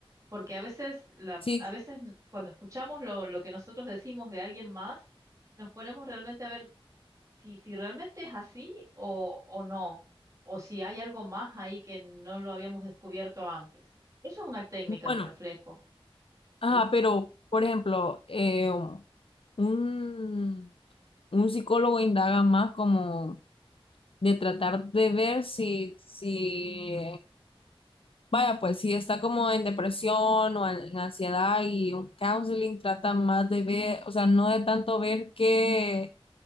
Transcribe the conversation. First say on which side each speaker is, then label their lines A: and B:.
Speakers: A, on the right; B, on the left.
A: porque a veces, la,
B: Sí,
A: a veces n- cuando escuchamos lo, lo que nosotros decimos de alguien más, nos ponemos realmente a ver si, si realmente es así o, o no, o si hay algo más ahí que no lo habíamos descubierto antes. Eso es una técnica,
B: bueno.
A: el reflejo, ¿sí?
B: Ah, pero, por ejemplo, eh, um, un, un psicólogo indaga más como de tratar de ver si, si, vaya, pues si está como en depresión o en, en ansiedad y un counseling trata más de ver, o sea, no de tanto ver qué,